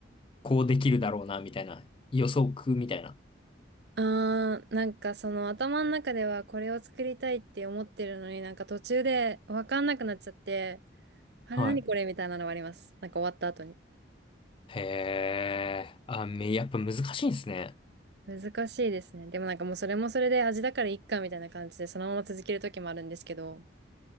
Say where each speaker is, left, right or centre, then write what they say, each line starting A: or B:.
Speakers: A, on the left; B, on the right.
A: こうできるだろうな、みたいな。予測みたいな。
B: あー、なんかその頭の中ではこれを作りたいって思ってるのになんか途中でわかんなくなっちゃって、あれ何これみたいなのがあります。
A: はい。
B: なんか終わった後に。
A: へえ、あ、め、やっぱ難しいんですね。
B: 難しいですね。でもなんかもうそれもそれで味だからいっかみたいな感じでそのまま続ける時もあるんですけど。